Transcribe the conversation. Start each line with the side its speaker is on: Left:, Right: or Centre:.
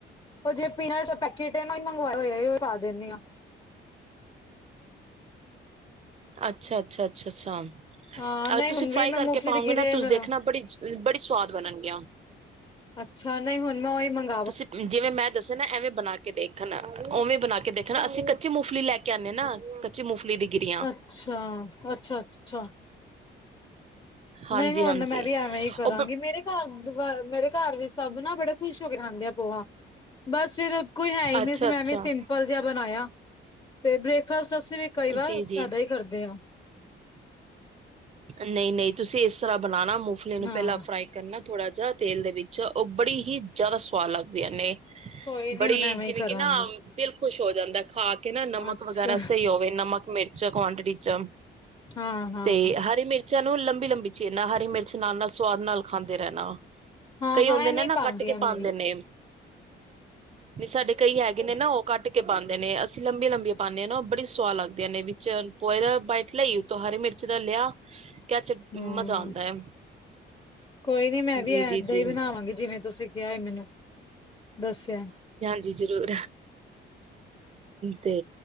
Left: ਉਹ ਜ ਪੀਨਟ ਪੈਕੇਟ ਮੰਗਵਾਏ ਹੋਏਆ ਪਾ ਦਿੰਦੀ ਹਾਂ
Right: ਅੱਛਾ ਅੱਛਾ ਅੱਛਾ ਅੱਛਾ
Left: ਹਾਂ ਨਹੀਂ
Right: ਤੁਸੀਂ
Left: ਹੁਣ
Right: ਫਰਾਈ
Left: ਵੀ ਮੈਂ
Right: ਕਰਕੇ
Left: ਮੂੰਗਫਲੀ
Right: ਪਾਓਗੇ
Left: ਤੇ ਗਿਰਿਆ
Right: ਨਾ ਤੁਸੀਂ
Left: ਮੇਰਾ
Right: ਦੇਖਣਾ ਬੜੀ ਬੜੀ ਸਵਾਦ ਬਣਨਗੀਆਂ
Left: ਅੱਛਾ ਨਹੀਂ ਹੁਣ ਮੈਂ ਉਹੀ ਮੰਗ
Right: ਤੁਸੀਂ ਜਿਵੇਂ ਮੈਂ ਦੱਸਿਆ ਨਾ ਐਵੇਂ ਬਣਾ ਕੇ ਦੇਖਣ ਉਵੇਂ ਬਣਾ ਕੇ ਦੇਖਣ ਅਸੀਂ ਕੱਚੀ ਮਗਫਲੀ ਲੈ ਕੇ ਕਹਿੰਦੇ ਨਾ ਕੱਚੀ ਮੂੰਗਫਲੀ ਦੀ ਗਿਰੀਆਂ
Left: ਅੱਛਾ ਅੱਛਾ ਅੱਛਾ
Right: ਹਾਂਜੀ-ਹਾਂਜੀ
Left: ਨਹੀਂ ਹੁਣ ਮੈਂ ਵੀ ਐਵੇਂ ਹੀ ਕਰਾਂਗੀ
Right: ਉਹ
Left: ਮੇਰੇ ਘਰ ਮੇਰੇ ਘਰ ਵੀ ਸਭ ਨਾ ਬੜੇ ਖੁਸ਼ ਹੋ ਕੇ ਖਾਂਦੇ ਆ ਪੋਹਾ ਬਸ ਫਰ ਕੋਈ ਹੈ ਹੀ ਨਹੀਂ
Right: ਅੱਛਾ-ਅੱਛਾ
Left: ਸੀ ਮੈਂ ਵੀ ਸਿੰਪਲ ਜਿਹਾ ਬਣਾਇਆ ਤੇ ਬ੍ਰੇਕਫਾਸਟ ਅਸੀਂ ਵੀ ਕਈ ਵਾਰ
Right: ਜੀ-ਜੀ
Left: ਫੇਦਾ ਹੀ ਕਰਦੇ ਹਾਂ।
Right: ਨਹੀਂ ਨਹੀਂ ਤੁਸੀਂ ਇਸ ਤਰ੍ਹਾਂ ਬਣਾਣਾ ਮੂੰਗਫਲੇ ਨੂੰ
Left: ਹਾਂ।
Right: ਪਹਿਲਾਂ ਫਰਾਈ ਕਰਨਾ ਥੋੜ੍ਹਾ ਜਾ ਤੇਲ ਦੇ ਵਿੱਚ ਉਹ ਬੜੀ ਹੀ ਜ਼ਿਆਦਾ ਸਵਾਦ ਲੱਗਦੀਆਂ ਨੇ
Left: ਕੋਈ ਨੀ
Right: ਬੜੀ
Left: ਹੁਣ ਐਵੇਂ
Right: ਜਿਵੇਂ
Left: ਹੀ ਕਰਾਂਗੀ
Right: ਕਿ ਨਾ ਦਿਲ ਖੁਸ਼ ਹੋਏ ਜਾਂਦਾ ਖਾ ਕੇ ਨਾ ਨਮਕ
Left: ਅੱਛਾ
Right: ਵਗੈਰਾ ਸਹੀ ਹੋਵੇ ਨਮਕ ਮਿਰਚ ਕੁਆਂਟਿਟੀ ਚ
Left: ਹਾਂ ਹਾਂ
Right: ਤੇ
Left: ਹਾਂ
Right: ਹਰੀ ਮਿਰਚਾਂ ਨੂੰ ਲੰਬੀ ਲੰਬੀ ਚੀਰਨਾ ਹਰੀ ਮਿਰਚ ਨਾਲ ਨਾਲ ਸਵਾਦ ਨਾਲ ਖਾਂਦੇ ਰਹਿਣਾ ਵਾ
Left: ਹਾਂ,
Right: ਕਈ
Left: ਹਾਂ
Right: ਹੁੰਦੇ
Left: ਐਵੇਂ
Right: ਨੇ ਨਾ
Left: ਹੀ ਪਾਉਂਦੀ
Right: ਕੱਟ ਕੇ
Left: ਆ
Right: ਪਾਉਂਦੇ
Left: ਮੈਂ ਵੀ।
Right: ਨੇ
Left: <inaudible>
Right: ਨਹੀਂ ਸਾਡੇ ਕਈ ਹੈਗੇ ਨੇ ਨਾ ਉਹ ਕੱਟ ਕੇ ਪਾਉਂਦੇ ਨੇ ਅਸੀਂ ਲੰਬੀ ਲੰਬੀ ਪਾਉਂਦੇ ਹਾਂ ਨਾ ਉਹ ਬੜੀ ਸਵਾਦ ਲੱਗਦੀਆਂ ਨੇ ਵਿੱਚ ਪੋਏ ਦਾ ਬਾਈਟ ਲਈਏ ਉਤੋਂ ਹਰੀ ਮਿਰਚ ਦਾ ਲਿਆ ਕਚ
Left: ਹੂੰ,
Right: ਮਜ਼ਾ ਆਉਂਦਾ ਹੈ
Left: ਕੋਈ ਨੀ ਮੈਂ ਵੀ
Right: ਜੀ
Left: ਏਦਾਂ
Right: ਜੀ ਜੀ
Left: ਹੀ ਬਣਾਵਾਂਗੀ ਜਿਵੇਂ ਤੁਸੀਂ ਕਿਹਾ ਹੈ ਮੈਨੂੰ ਦੱਸਿਆ
Right: ਜੀ ਜ਼ਰੂਰ
Left: <inaudible>
Right: ਤੇ